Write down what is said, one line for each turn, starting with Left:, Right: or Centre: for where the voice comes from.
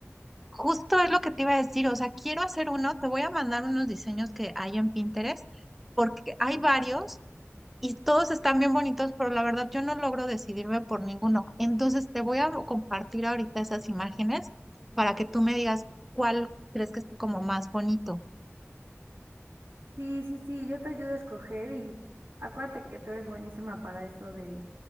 Centre: justo es lo que te iba a decir, o sea, quiero hacer uno, te voy a mandar unos diseños que hay en Pinterest, porque hay varios y todos están bien bonitos, pero la verdad yo no logro decidirme por ninguno. Entonces te voy a compartir ahorita esas imágenes para que tú me digas cuál crees que es como más bonito.
Right: Sí, sí, sí, yo te ayudo a escoger y acuérdate que tú eres buenísima para eso de,